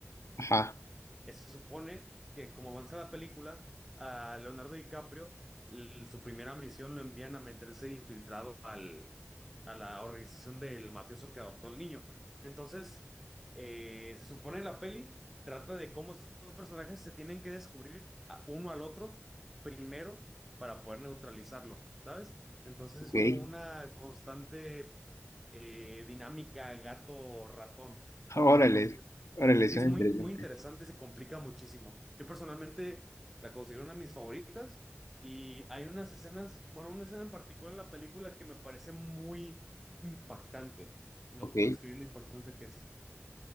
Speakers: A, on the left (about 80°); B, in the centre.
A: ajá,
B: Eh, Se supone que como avanza la película, a Leonardo DiCaprio, l- su primera misión lo envían a meterse infiltrado al, a la organización del mafioso que adoptó al niño. Entonces, eh, se supone la peli trata de cómo estos dos personajes se tienen que descubrir a- uno al otro primero para poder neutralizarlo, ¿sabes? Entonces
A: ok.
B: es como una constante eh, dinámica gato-ratón.
A: Órale,
B: Entonces...
A: órale,
B: Sí,
A: suena
B: es muy,
A: interesante.
B: muy interesante, se complica muchísimo. Yo personalmente la considero una de mis favoritas y hay unas escenas, bueno, una escena en particular en la película que me parece muy impactante. No
A: Ok.
B: puedo describir lo impactante que es.